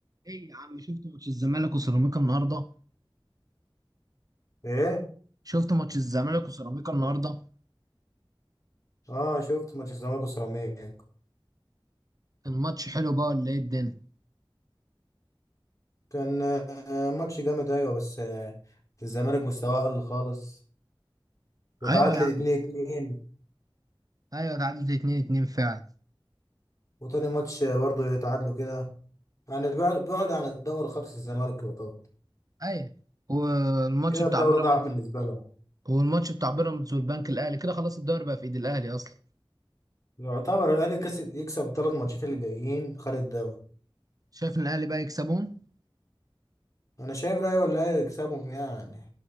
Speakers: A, on the right (about 40°); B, on the left (about 35°).
A: ايه يا عم شفت ماتش الزمالك وسيراميكا النهارده
B: ايه
A: شفت ماتش الزمالك وسيراميكا النهارده
B: اه شفت ماتش الزمالك وسيراميكا
A: الماتش حلو بقى ولا ايه الدنيا
B: كان آه، ماتش جامد ايوه بس آه، الزمالك مستواه قل خالص وتعادلت
A: ايوه يا عم
B: 2 2
A: ايوه اتعادلت 2 2 فعلا
B: وتاني ماتش آه، برضو يتعادلوا كده يعني بعد- بعد عن الدوري خالص الزمالك يعتبر
A: ايوه والماتش
B: كده
A: بتاع
B: الدوري
A: بيراميدز
B: ضاع بالنسبه لهم
A: والماتش بتاع بيراميدز والبنك الاهلي كده خلاص الدوري بقى في ايد الاهلي اصلا
B: يعتبر الاهلي كسب يكسب الثلاث ماتشات اللي جايين خارج الدوري
A: شايف ان الاهلي بقى يكسبون
B: انا شايف الاهلي والاهلي يكسبهم يعني